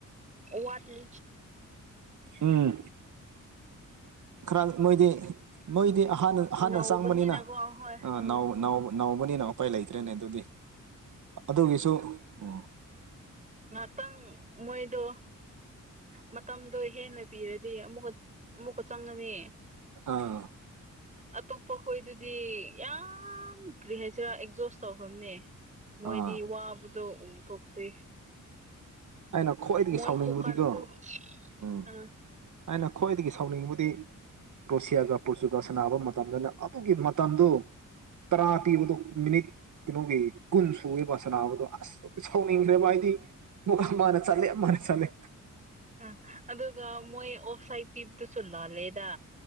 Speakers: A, on the right; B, on the right.
A: ꯋꯥꯠꯂꯤ
B: ꯎꯝ ꯈꯔ ꯃꯣꯏꯗꯤ ꯃꯣꯏꯗꯤ ꯃ‌ꯣꯏꯗꯤ ꯑꯍꯥꯟꯕ ꯑꯍꯥꯟꯅ
A: ꯅꯧꯕꯅꯤꯅꯀꯣ
B: ꯆꯪꯕꯅꯤꯅ
A: ꯍꯣꯏ ꯑꯥ
B: ꯅꯥꯎ ꯅꯥꯎ ꯅꯥꯎꯕꯅꯤꯅ ꯎꯄꯥꯏ ꯂꯩꯇ꯭ꯔꯦꯅꯦ ꯑꯗꯨꯗꯤ ꯑꯗꯨꯒꯤꯁꯨ ꯎꯝ
A: ꯉꯥꯇꯡ ꯃꯣꯏꯗꯨ ꯃꯇꯝꯗꯣ ꯍꯦꯟꯅ ꯄꯤꯔꯗꯤ ꯑꯃꯨꯛꯀ ꯑꯃꯨꯛꯀ ꯆꯪꯉꯅꯤ
B: ꯑꯥ
A: ꯑꯇꯣꯞꯄ ꯈꯣꯏꯗꯨꯗꯤ ꯌꯥꯝ ꯀꯔꯤ ꯍꯥꯏꯁꯤꯔꯥ ꯑꯦꯛꯖꯣꯁ ꯇꯧꯈ꯭ꯔꯕꯅꯦ ꯃꯣꯏꯗꯤ
B: ꯑꯥ
A: ꯋꯥꯕꯗꯣ ꯎꯊꯣꯛꯇꯦ
B: ꯑꯩꯅ ꯈ꯭ꯋꯥꯏꯗꯒꯤ
A: ꯃꯣꯏ
B: ꯁꯥꯎꯅꯤꯡꯕꯗꯤꯀꯣ
A: ꯈꯨꯀꯟꯗꯣ
B: ꯎꯝ
A: ꯑꯥ
B: ꯑꯩꯅ ꯈ꯭ꯋꯥꯏꯗꯒꯤ ꯁꯥꯎꯅꯤꯡꯕꯗꯤ ꯀ꯭ꯔꯣꯁꯤꯌꯥꯒ ꯄꯣꯔꯇꯨꯒꯜ ꯁꯥꯟꯕ ꯃꯇꯝꯗꯨꯅ ꯑꯗꯨꯒꯤ ꯃꯇꯝꯗꯨ ꯇꯔꯥ ꯄꯤꯕꯗꯣ ꯃꯤꯅꯤꯠ ꯀꯅ‌ꯣꯒꯤ ꯀꯨꯟ ꯁꯨꯌ‌ꯦꯕ ꯁꯅꯥꯕꯗꯣ ꯑꯁ ꯁꯥꯎꯅꯤꯡꯈ꯭ꯔꯦꯕ ꯑꯩꯗꯤ ꯃꯨꯒ ꯃꯥꯅ ꯆꯜꯂ‌ꯦ ꯑꯃꯅ ꯆꯂꯦ
A: ꯑ ꯑꯗꯨꯒ ꯃꯣꯏ ꯑꯣꯐ ꯁꯥꯏꯠ ꯄꯤꯕꯗꯨꯁꯨ ꯂꯥꯜꯂꯦꯗ